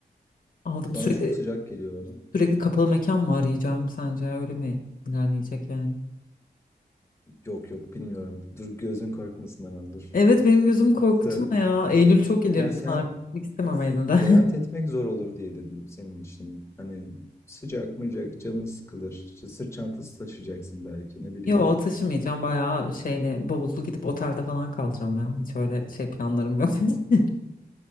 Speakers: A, on the left (about 60°); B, on the left (about 15°).
A: Aldım sürekli
B: bana çok sıcak geliyor.
A: sürekli kapalı mekan mı arayacağım sence öyle mi ilerleyecek yani?
B: Yok yok bilmiyorum. Dur gözün korkmasın ama dur.
A: Evet benim gözüm korkutma
B: Söyle.
A: ya. Eylül çok ileri
B: ya seyahat,
A: bir tarih. Gitmek istemem Eylül'de.
B: seyahat etmek zor olur diye dedim senin için. Hani sıcak mıcak canın sıkılır. İşte sırt çantası taşıyacaksın belki
A: <laughs>
B: ne bileyim.
A: Yo taşımayacağım bayağı şeyle bavullu gidip otelde falan kalacağım ya. Hiç öyle şey planlarım yok. <laughs>